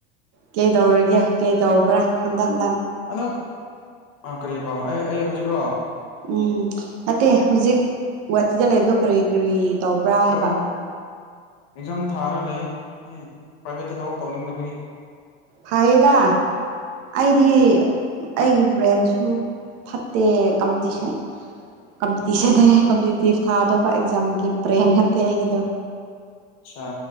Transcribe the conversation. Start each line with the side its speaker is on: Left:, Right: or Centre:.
Right: ꯀꯩ ꯇꯧꯔꯒꯦ ꯀꯩ ꯇꯧꯕ꯭ꯔꯥ ꯍꯟꯗꯛꯅ
Left: ꯑꯗꯨꯝꯥ ꯀꯔꯤꯕꯣ ꯑꯩ ꯑꯩ ꯍꯧꯖꯤꯛꯔꯣ
Right: ꯎꯝ ꯅꯠꯇꯦ ꯍꯧꯖꯤꯛ ꯒꯨꯍꯥꯇꯤꯗ ꯂꯩꯕꯣ ꯀꯔꯤ ꯀꯔꯤ ꯇꯧꯕ꯭ꯔꯥ
Left: ꯑꯣ
Right: ꯍꯥꯏꯕ
Left: ꯑꯦꯛꯖꯥꯝ ꯊꯥꯔ ꯂꯩ ꯑꯩ ꯄ꯭ꯔꯥꯏꯚꯦꯠꯇ ꯊꯕꯛ ꯇꯧꯅꯤꯡꯗꯕꯒꯤ
Right: ꯐꯍꯤꯗꯥ ꯑꯩꯗꯤ ꯑꯩꯒꯤ ꯕ꯭ꯔꯦꯟꯁꯨ ꯐꯠꯇꯦ ꯀꯝꯄꯤꯇꯤꯁꯟ ꯀꯝꯄꯤꯇꯤꯁꯟ ꯀꯝꯄꯤꯇꯤꯇꯤꯞ ꯊꯥꯗꯧꯕ ꯑꯦꯛꯖꯥꯝꯒꯤ ꯄꯕ꯭ꯔꯦꯟ ꯅꯠꯇꯦ ꯑꯩꯒꯤꯗꯣ
Left: ꯑ